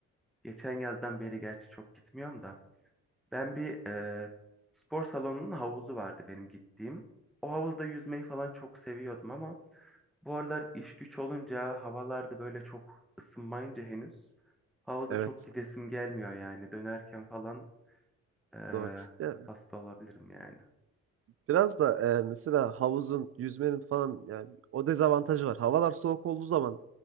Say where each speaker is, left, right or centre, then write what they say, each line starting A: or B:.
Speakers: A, in the centre; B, on the right.
A: e, geçen yazdan beri gerçi çok gitmiyorum da. Ben bir e, spor salonunun havuzu vardı benim gittiğim. O havuzda yüzmeyi falan çok seviyordum ama bu aralar iş güç olunca havalarda böyle çok ısınmayınca henüz havuza
B: Evet,
A: çok gidesim gelmiyor yani. Dönerken falan eee,
B: doğru. Ya
A: hasta olabilirim yani.
B: biraz da e, mesela havuzun, yüzmenin falan yani o dezavantajı var. Havalar soğuk olduğu zaman